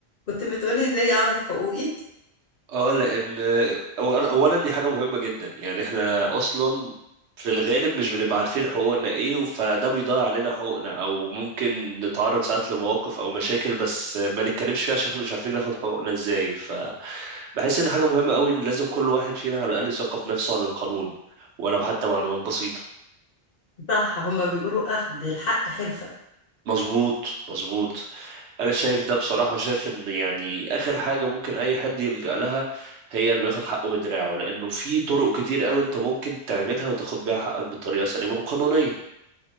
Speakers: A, on the left; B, on the right.
A: كنت بتقولي ازاي اعرف حقوقي
B: اه لان أول- اولا دي حاجه مهمه جدا يعني احنا اصلا في الغالب مش بنبقى عارفين حقوقنا ايه فده بيضيع علينا حقوقنا او ممكن نتعرض ساعات لمواقف او مشاكل بس ما نتكلمش فيها عشان احنا مش عارفين ناخد حقوقنا ازاي فبحس ان حاجه مهمه قوي ان لازم كل واحد فينا على الاقل يثقف نفسه عن القانون ولو حتى معلومات بسيطه
A: صح هما بيقولوا اخد الحق حرفة
B: مظبوط مظبوط انا شايف ده بصراحة شايف ان يعني اخر حاجة ممكن اي حد يلجأ لها هي انه ياخد حقه بدراعه لانه في طرق كتير قوي انت ممكن تعملها وتاخد بيها حقك بطريقة سليمة وقانونية